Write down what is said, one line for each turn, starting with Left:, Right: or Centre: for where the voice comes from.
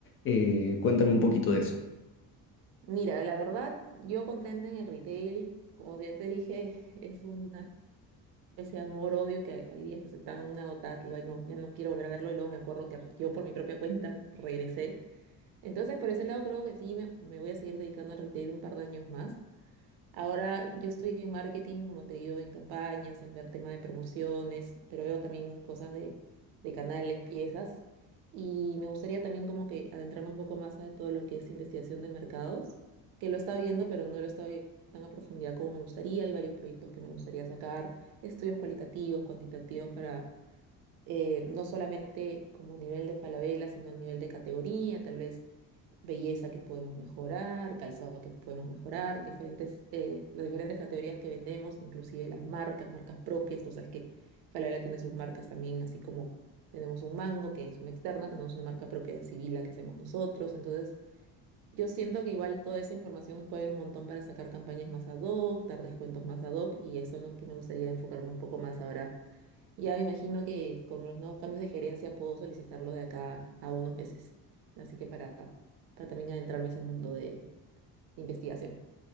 Left: Eh, cuéntame un poquito de eso.
Right: Mira, la verdad, yo contenta en el retail, como ya te dije, <laughs> es una especie de amor-odio que hay días que soy tan agotada que yo, ay, no, ya no quiero volver a verlo y luego me acuerdo que yo por mi propia cuenta regresé. Entonces, por ese lado creo que sí, me, me voy a seguir dedicando al retail un par de años más. Ahora yo estoy en marketing, como te digo, en campañas, en ver tema de promociones, pero veo también cosas de, de canales, piezas. Y me gustaría también como que adentrarme un poco más a todo lo que es investigación de mercados, que lo he estado viendo, pero no lo he estado viendo tan a profundidad como me gustaría. Hay varios proyectos que me gustaría sacar, estudios cualitativos, cuantitativos para eh, no solamente como a nivel de Falabella, sino a nivel de categoría, tal vez belleza que podemos mejorar, calzado que podemos mejorar, diferentes, eh, las diferentes categorías que vendemos, inclusive las marcas, marcas propias. Tú sabes que Falabella tiene sus marcas también, así como tenemos un Mango, que es una externa, tenemos una marca propia de Sibila que hacemos nosotros. Entonces, yo siento que igual toda esa información nos puede ayudar un montón para sacar campañas más ad hoc, dar descuentos más ad hoc, y eso es lo que me gustaría enfocarme un poco más ahora ya me imagino que con los nuevos cambios de gerencia puedo solicitarlo de acá a unos meses. Así que para, para también adentrarme en ese mundo de, de investigación.